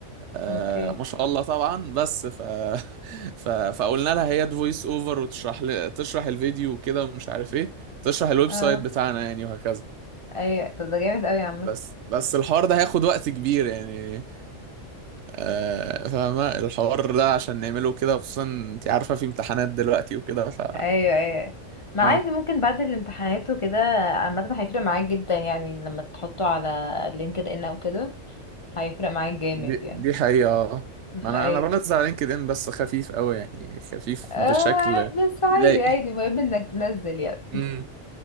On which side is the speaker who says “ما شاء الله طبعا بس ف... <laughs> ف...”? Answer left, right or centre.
Right